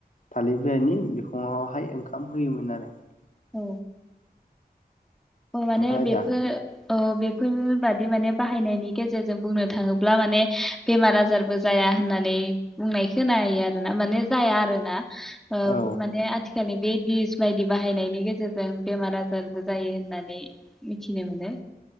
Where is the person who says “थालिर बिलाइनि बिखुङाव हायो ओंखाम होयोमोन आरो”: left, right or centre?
Left